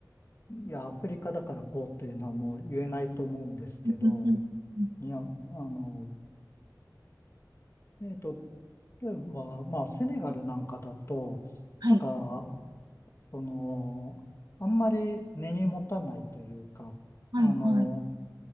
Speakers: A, on the left; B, on the right.
A: いや、アフリカだからこうっていうのはもう言えないと思うんですけど、
B: うん、うん、うん、
A: いや、あのえっと、例えば、まあ、セネガルなんかだと、
B: はい、
A: なんか、その、あんまり根に持たないというか、
B: はい、
A: あの
B: はい。